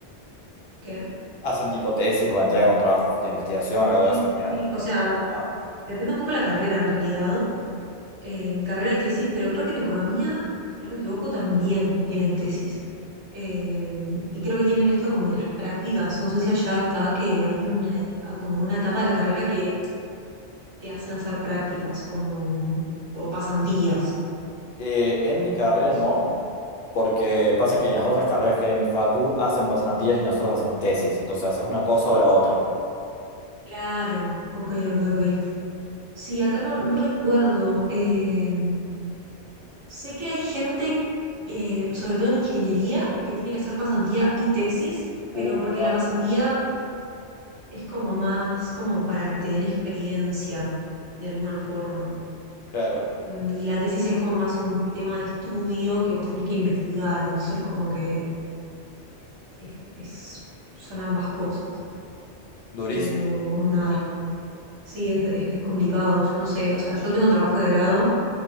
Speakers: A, on the right (about 80°); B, on the left (about 65°).
A: ¿Qué?
B: ¿Hacen tipo tesis o entregan un trabajo de investigación,
A: Sí,
B: algo de eso al
A: sí,
B: final?
A: sí. O sea,
B: Ah.
A: depende un poco la carrera en realidad, Eh, en mi carrera hay tesis, pero creo que en economía, si no me equivoco, también tienen tesis. Eh, y creo que tienen esto como de las prácticas. No sé si allá está que hay una, a- como una etapa de la carrera que te hacen hacer prácticas, como, o pasantías.
B: Eh, en mi carrera
A: No sé.
B: no,
A: si-
B: porque pasa que en las otras carreras que hay en mi facu hacen pasantías y nosotros hacemos tesis. Entonces haces una cosa o la otra.
A: Claro, ok, ok, ok. Sí, acá no, no recuerdo. Eh, sé que hay gente, eh, sobre todo en ingeniería, que tiene que hacer pasantía y tesis, pero
B: Uh,
A: porque
B: cagando.
A: la pasantía Es como más como para que te den experiencia de alguna forma.
B: claro,
A: Mm, Y la tesis es como más un tema de estudio que vos tenés que investigar, entonces como que es, es- son ambas cosas.
B: durísimo.
A: Pero nada, sí, es, es- es complicado, yo no sé, o sea, yo tengo trabajo de grado